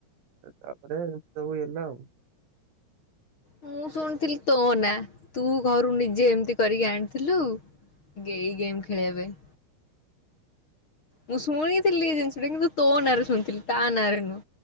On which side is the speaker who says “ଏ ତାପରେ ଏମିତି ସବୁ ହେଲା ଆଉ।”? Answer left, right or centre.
Right